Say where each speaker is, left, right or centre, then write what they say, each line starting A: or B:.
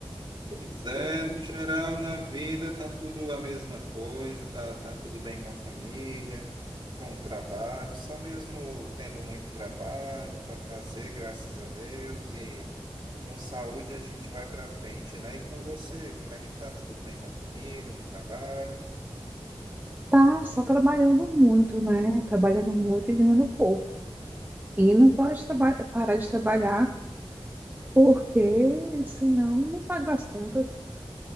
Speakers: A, on the right; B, on the right.
A: Pois é, no geral, na vida tá tudo a mesma coisa, tá, tá tudo bem com a família, com o trabalho, só mesmo tendo muito trabalho para fazer, graças a Deus, e com saúde a gente vai para frente, né? E com você, como é que tá? Tá tudo bem com a família, no trabalho?
B: Tá só trabalhando muito, né? Trabalhando muito e ganhando pouco. E não pode traba- parar de trabalhar, porque senão não pago as contas.